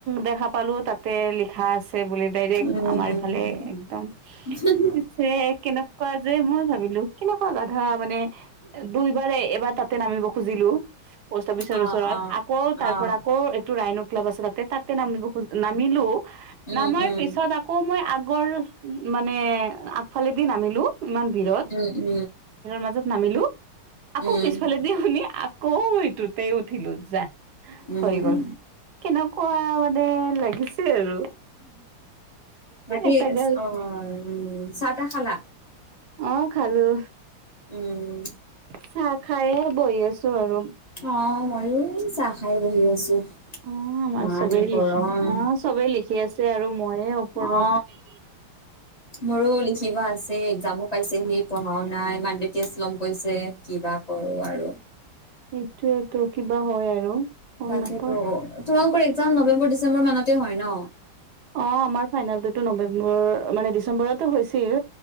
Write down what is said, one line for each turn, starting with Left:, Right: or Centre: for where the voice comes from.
Right: দেখা পালো তাতে লিখা আছে বুলি ডাইৰেক্ট
Left: উম।
Right: আমাৰ ইফালে একদম।
Left: <unintelligible>
Right: পিছে কেনেকুৱা যে মই ভাবিলো কেনেকুৱা কথা মানে দুইবাৰ এবাৰ ত। তে নামিব খুজিলো। পষ্ট অফিচৰ
Left: অহ,
Right: ওচৰত।
Left: অহ,
Right: আকৌ তাৰ
Left: অহ,
Right: পৰা আকৌ এইটো ৰাইনু ক্লাব আছে তাতে তাতে নাম নামিলো,
Left: উম,
Right: নামাৰ
Left: উম,
Right: পিছত আকৌ মই। আগৰ মানে আগফালে দি নামিলো ইমান দূৰত,
Left: উম,
Right: মাজত। নামিলো। আকৌ
Left: উম,
Right: পিছফালে দি শুনি আকৌ সেইটোতে উঠিলো যা।
Left: উম।
Right: হৈ গল কেনেকুৱা মানে লাগিছে আৰু।
Left: বাকি
Right: এটা গাল
Left: অ উ চা তা খালা?
Right: অ খালো,
Left: উম।
Right: চাহ খাইহে বহি আছো আৰু।
Left: অ ময়ো চাহ খাই বহি আছো।
Right: অ আমাৰ
Left: ইমান
Right: চবেই
Left: গৰম।
Right: লিখি আহ চবেই লিখি আছে আৰু মইয়ে ওপৰত।
Left: অ মোৰো লিখিব আছে একজামো পাইছেহি, পঢ়াও নাই ইমান। তেতিয়াছ <unintelligible> লম কৈছে কিবা কৰো আৰু
Right: এইটোৱেতো কিবা হয় আৰু। গম
Left: তাকেইতো
Right: নাপাও
Left: তোমালোকৰ একজাম নৱেম্বৰ ডিচেম্বৰ মানতে হয় ন?
Right: অ আমাৰ ফাইনেলটো নৱেম্বৰৰ মানে ডিচেম্বৰতো হৈছিল।